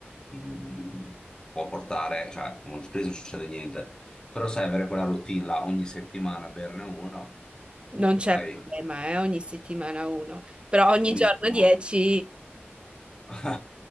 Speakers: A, on the left; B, on the right.
A: mh, può portare, cioè uno spritz non succede niente, però sai avere quella routine là ogni settimana berne uno,
B: non c'è
A: sai,
B: problema, eh, ogni settimana uno, però ogni giorno
A: dici no.
B: 10,
A: <laughs>